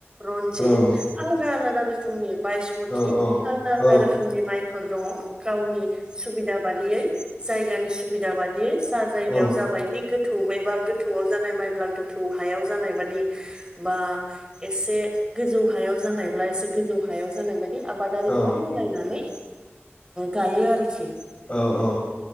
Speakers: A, on the right (about 20°); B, on the left (about 30°).
A: रनजित
B: औ औ
A: आलादा आलादा रोखोमनि। बायसमुति
B: औ
A: आलदा आलदा
B: औ
A: रोखोमनि माइफोर दङ। गावनि सुबिदा बादियै जायगानि सुबिदा बादियै जा जायगायाव
B: औ
A: जाबायदि गोथौ एबा गो थौ जानाय मायब्ला गोथौ हायाव जानाय बादि बा एसे गोजौ हायाव जानायब्ला एसे गोजौ हायाव जानाय बाद बे आबादारिफ्रा
B: औ
A: मिलायनानै गायो आरोखि।
B: औ औ